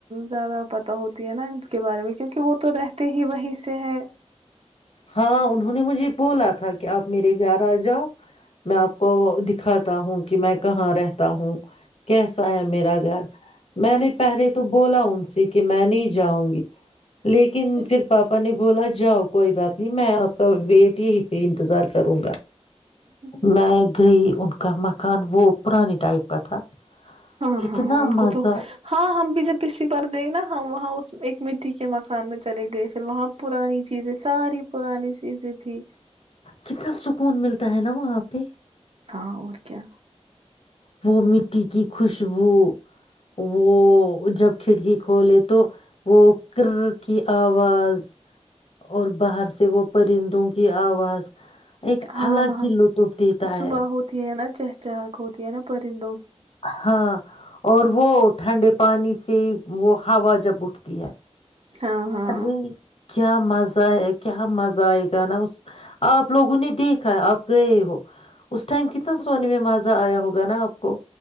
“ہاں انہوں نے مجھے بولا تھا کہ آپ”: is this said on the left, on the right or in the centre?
Left